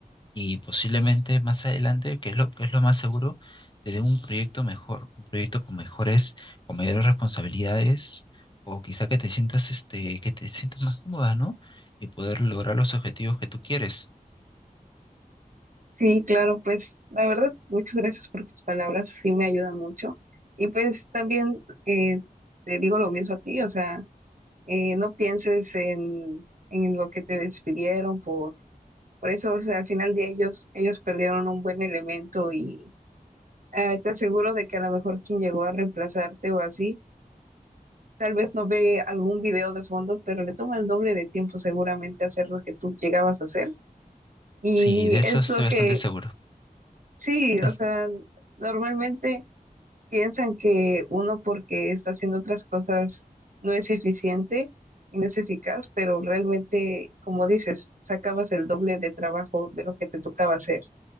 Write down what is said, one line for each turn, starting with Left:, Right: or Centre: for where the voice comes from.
Left: y posiblemente más adelante, que es lo, que es lo más seguro, te dé un proyecto mejor, un proyecto con mejores, con mayores responsabilidades, o quizá que te sientas, este, que te sientas más cómoda, ¿no? Y poder lograr los objetivos que tú quieres.
Right: Sí, claro, pues la verdad, muchas gracias por tus palabras, sí me ayudan mucho. Y pues también eh, te digo lo mismo a ti, o sea, eh, no pienses en, en lo que te despidieron por, por eso, o sea, al final de ellos, ellos perdieron un buen elemento y eh, te aseguro de que a lo mejor quien llegó a reemplazarte o así, tal vez no ve algún video de fondo, pero le toma el doble de tiempo seguramente hacer lo que tú llegabas a hacer. Y
Left: Sí, de eso
Right: es
Left: estoy
Right: lo que,
Left: bastante seguro.
Right: sí, o
Left: <laughs>
Right: sea, normalmente... piensan que uno porque está haciendo otras cosas no es eficiente y no es eficaz, pero realmente, como dices, sacabas el doble de trabajo de lo que te tocaba hacer.